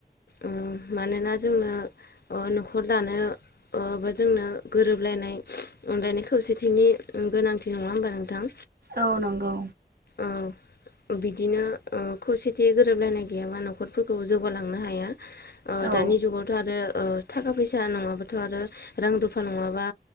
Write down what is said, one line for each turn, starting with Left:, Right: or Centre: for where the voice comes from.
Left: ओ मानोना जोंनो ओ न'खर दानो ओ बा जोंनो गोरोबलायनाय अनलायनाय खौसेथिनि गोनांथि नङा होमबा नोंथां?
Right: औ नंगौ।
Left: औ बिदिनो ओ खौसेथि गोरोबलायनाय गैयाबा न'खरफोरखौ जौगालांनो हाया। ओ
Right: औ
Left: दानि जुगावथ आरो ओ थाखा फैसा नङाबाथ' आरो रां रुफा नङाबा